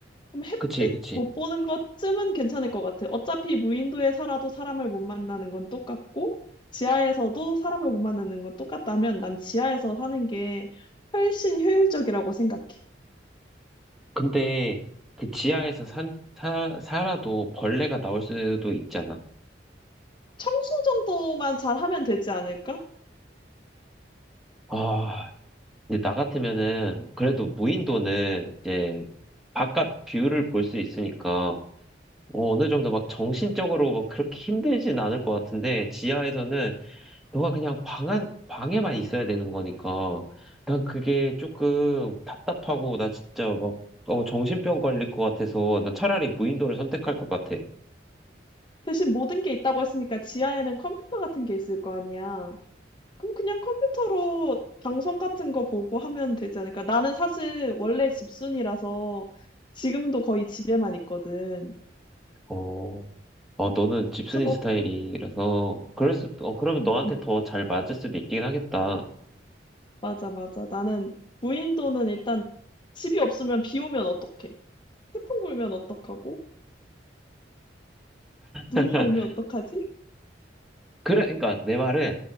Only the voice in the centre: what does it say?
그치, 그치.
근데 그 지하에서 산, 사, 살아도 벌레가 나올 수도 있잖아.
아, 근데 나 같으면은 그래도 무인도는 이제 바깥 뷰를 볼 수 있으니까 어, 어느 정도 막 정신적으로 막 그렇게 힘들진 않을 것 같은데 지하에서는 너가 그냥 방 안, 방에만 있어야 되는 거니까. 난 그게 조금 답답하고, 나 진짜 막, 어, 정신병 걸릴 것 같아서, 난 차라리 무인도를 선택할 것 같아.
어, 어, 너는 집순이
스타일이라서, 그럴 수, 어, 그러면
너한테
더 잘 맞을 수도 있긴 하겠다.
<laughs>
그래, 그러니까 내 말은